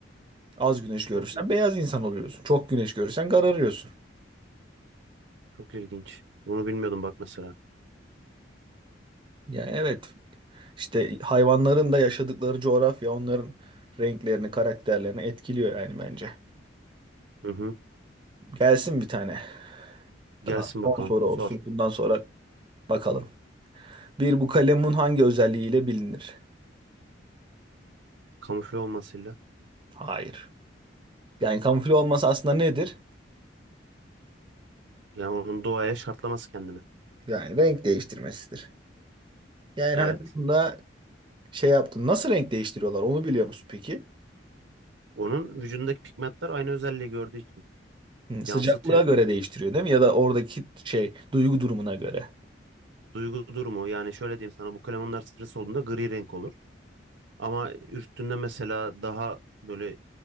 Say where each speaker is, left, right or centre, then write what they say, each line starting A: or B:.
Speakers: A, on the right; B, on the right.
A: Az güneş görürsen
B: Çok ilginç.
A: beyaz insan oluyorsun. Çok güneş görürsen kararıyorsun.
B: Çok ilginç. Bunu bilmiyordum bak mesela.
A: Yani evet işte hayvanların da yaşadıkları coğrafya onların renklerini, karakterlerini etkiliyor yani bence.
B: Hı hı.
A: Gelsin bir tane
B: Gelsin
A: daha son
B: bakalım.
A: soru olsun.
B: Sor.
A: Bundan sonra bakalım. Bir bu kalemun hangi özelliğiyle bilinir?
B: Kamufle olmasıyla.
A: Hayır. Yani kamufle olması aslında nedir?
B: Yani onun doğaya şartlaması kendini.
A: Yani renk değiştirmesidir. Yani
B: Evet.
A: hani bunda şey yaptın. Nasıl renk değiştiriyorlar onu biliyor musun peki?
B: Onun vücudundaki pigmentler aynı özelliği gördüğü için
A: Hı, Sıcaklığa
B: yansıtıyor.
A: göre değiştiriyor değil mi? Ya da oradaki şey duygu durumuna göre.
B: Duygu durumu yani şöyle diyeyim sana bu kalemunlar stres olduğunda gri renk olur. Ama üstünde mesela daha böyle